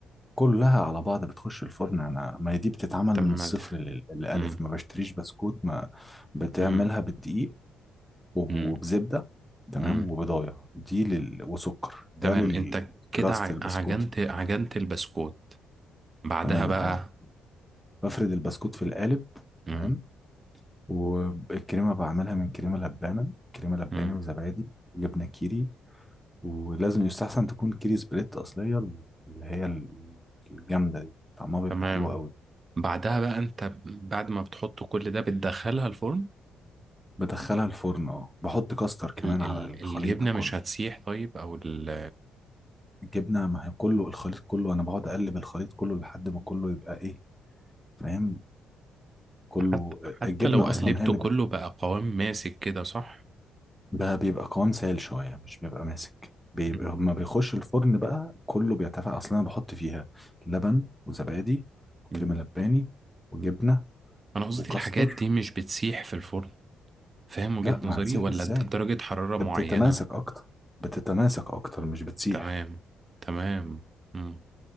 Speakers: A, in the centre; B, on the right.
A: كلها على بعض بتخش الفرن انا ما هي دي بتتعمل
B: طب
A: من
B: ما
A: الصفر
B: ده
A: لل- للالف
B: مم.
A: ما بشتريش بسكوت ما بتعملها
B: امم
A: بدقيق وب-
B: امم
A: وبزبدة تمام
B: امم
A: وبضايه دي لل... وسكر ده
B: تمام
A: للكراست
B: انت كده ع-
A: البسكوت
B: عجنت عجنت البسكوت بعدها
A: تمام
B: بقى
A: اه بفرد البسكوت في القالب
B: امم
A: تمام والكريمة بعملها من كريمة لبانة كريمة لباني
B: امم
A: وزبادي وجبنة كيري ولازم يستحسن تكون كيري سبليت أصلية اللي هي ال- الجامدة دي طعمها بيبقى
B: تمام
A: حلو قوي
B: بعدها بقى انت ب- بعد ما بتحط كل ده بتدخلها الفرن
A: بدخلها الفرن اه بحط كاستر كمان
B: ال ال
A: على الخليط
B: الجبنة
A: ده
B: مش
A: كله
B: هتسيح طيب او ال
A: الجبنة ما هي كله الخليط كله أنا بقعد أقلب الخليط كله لحد ما كله يبقى إيه فاهم كله
B: حتى
A: آه،
B: حتى
A: الجبنة
B: لو قلبته
A: أصلا هي اللي
B: كله بقى قوام ماسك كده صح
A: ده بيبقى قوام سائل شوية مش بيبقى ماسك بيبقى
B: امم
A: لما بيخش الفرن بقى كله بيتفاعل أصلا أنا بحط فيها لبن وزبادي وكريمة
B: امم
A: لباني وجبنة
B: امم. انا قصدي
A: وكاستر
B: الحاجات دي مش بتسيح في الفرن فاهم وجهة
A: لا ما
B: نظري
A: هتسيح
B: ولا
A: ازاي
B: د- درجة حرارة معينة
A: ده بتتماسك أكتر بتتماسك أكتر مش بتسيح
B: تمام تمام امم